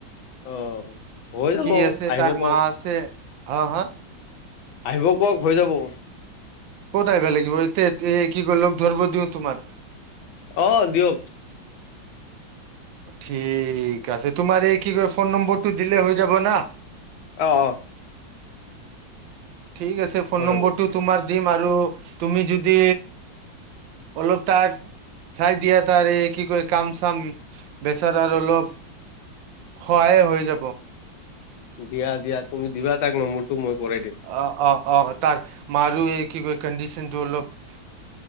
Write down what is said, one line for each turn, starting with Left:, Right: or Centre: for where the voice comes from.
Left: অ হৈ যাব
Right: সি আছে
Left: আহিব
Right: তাৰ
Left: কওক
Right: মা আছে অ', হ'
Left: আহিব কোৱক হৈ যাব।
Right: ক'ত আহিব লাগিব? এ-এতে কি কৰিলগ ধৰিব দিওঁ তোমাৰ।
Left: অ' দিয়ক।
Right: ঠিক আছে তোমাৰ এই কি ক ফোন নম্বৰটো দিলে হৈ যাব না?
Left: অ', অ'।
Right: ঠিক আছে ফোন
Left: হৈ
Right: নম্বৰটো
Left: যাব
Right: তোমাৰ দিম, আৰু তুমি যদি অলপ তাক চাই দিয়া তাৰে, এই কি কৰে কাম চাম, বেচেৰাৰ অলপ সহায় হৈ যাব।
Left: দিয়া দিয়া তুমি দিবা তাক নম্বৰটো মই কৰাই দিম।
Right: অ অ অ তাৰ মাৰ এই কি ক কণ্ডিশনটো অলপ